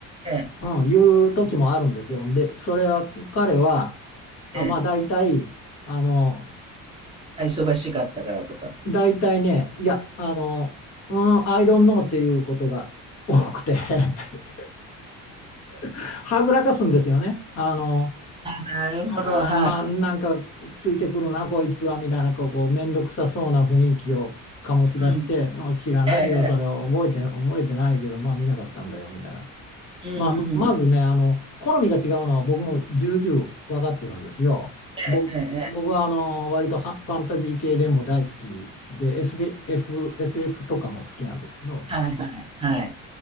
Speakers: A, on the right; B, on the left.
A: ええ
B: うん、いう時もあるんですよ。で、それは彼は、あ、
A: ええええ。
B: まあ大体、あの、
A: あ、忙しかったからとか。
B: 大体ね、いや、あの、うん、I don't know っていうことが多くて <laughs> はぐらかすんですよね。あの、
A: なるほど、
B: あー、
A: はい。
B: まあなんかついてくるな、こいつは、みたいな、こう、こうめんどくさそうな雰囲気を醸し出して、
A: う
B: うん知らないよ、
A: ん。ええ
B: それを覚えて、覚えてないけど、まあ見なかったんだよ、みたいな。
A: ええ。うんうん。
B: まあ、まずね、あの、好みが違うのは僕も重々分かってるんですよ。ぼ僕はあの割とはファンタジー系でも大好きで、
A: ええええええ。
B: SF、SF とかも好きなんですけど、
A: はいはいはい。